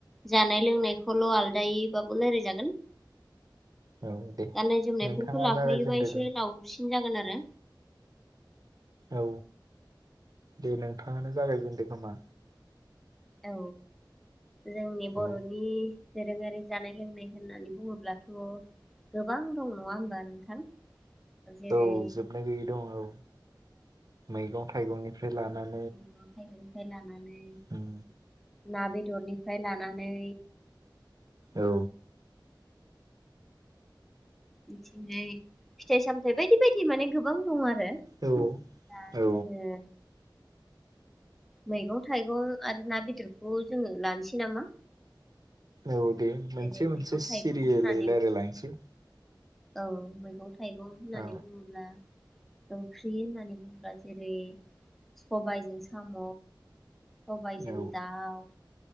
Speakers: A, in the centre; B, on the right.
A: जानाय लोंनायखौल' आलदायैबाबो लायरायजागोन।
B: औ दे
A: गाननाय जोमनायफोरखौ
B: नोंथाङा
A: लाफायोबा
B: जागायजेनदो
A: एसे
B: दे
A: लावसिन जागोन आरो।
B: औ दे नोंथाङानो जागायजेनदो। समा
A: औ जोंनि बर'नि
B: औ
A: दोरोङारि जानाय लोंनाय होननानै बुङोब्लाथ गोबां दं नङा हनबा नोंथां? जेरै
B: औ जोबनो गैयै दं औ मैगं थाइगंनिफ्राय लानानै
A: उम मैगं निफ्राय लानानै
B: उम
A: ना बेदरनिफ्राय लानानै
B: औ
A: बिदिनो फिथाइ सामथाय बायदि बायदि माने गोबां दं आरो।
B: औ
A: आरो
B: औ
A: दा जोङो मैगं थाइगं आरो ना बेदरखौ जोङो लानोसै नामा
B: औ दे मोनसे
A: जेरै
B: मोनसे
A: मैगं थाइगं
B: सिरियलयै
A: होननानै
B: रायलायलांसै।
A: औ मैगं थाइगं होननानै
B: औ
A: बुङोब्ला ओंख्रि होननानै बुङोबा जो जेरै सबायजों सा साम सबायजों
B: औ
A: दाउ